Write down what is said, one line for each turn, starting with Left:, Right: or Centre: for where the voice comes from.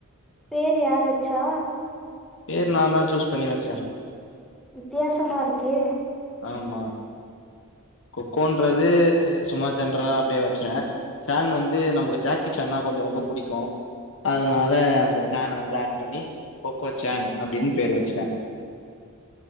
Centre: பேரு யார் வச்சா
Left: பேரு நா தான் சூஸ் பண்ணி வச்சேன்
Centre: வித்தியாசமா இருக்கே
Left: ஆமா கொக்கோன்றது சும்மா ஜென்றலா அப்படியே வச்சேன் சேன் வந்து நமக்கு ஜாக்கி சேன்னா கொஞ்சம் ரொம்ப பிடிக்கும் அதனால அந்த சேன வந்து ஆட் பண்ணி கொக்கோ சேன் அப்படின்னு பேர் வச்சுட்டேன்